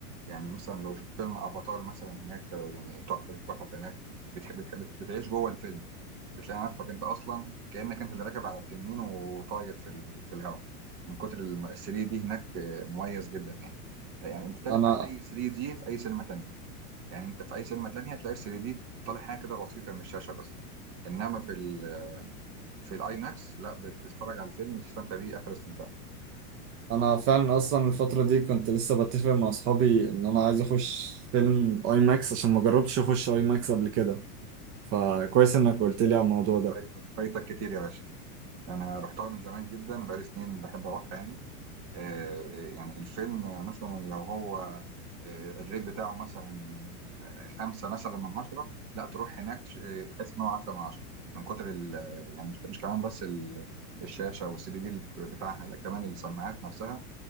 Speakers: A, on the right; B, on the right.
A: يعني مثلا لو شفت فيلم افاتار مثلا هناك آه، يعني تحفة التحف هناك بتحب بتحب بتعيش جوه الفيلم بتلاقي نفسك انت اصلا كأنك انت اللي راكب على التنين وطاير في ال... في الهواء من كتر الم- ال 3 دي هناك آه، مميز جدا يعني يعني مختلف
B: أنا
A: عن اي 3 دي في اي سينما تانية يعني انت في اي سينما تانية هتلاقي 3 دي طالع حاجة كده بسيطة من الشاشة بس انما في ال... في الاي ماكس لا بتتفرج على الفيلم وتستمتع بيه اخر استمتاع
B: انا فعلا اصلا الفتره دي كنت لسه بتفق مع اصحابي ان انا عايز اخش فيلم اي ماكس عشان ما جربتش اخش اي ماكس قبل كده فكويس انك قلت لي على الموضوع ده
A: فايتك فايتك كتير يا باشا انا رحتها من زمان جدا بقالي سنين بحب اروح يعني آه، آه، يعني الفيلم مثلا لو هو آه، الريت بتاعه مثلا خمسة مثلا من عشرة لا تروح هناك تش- آه، تحس ان هو عشرة من عشرة من كتر ال يعني مش مش كمان بس ال- الشاشة والسي دي دي اللي بتاعها لا كمان السماعات نفسها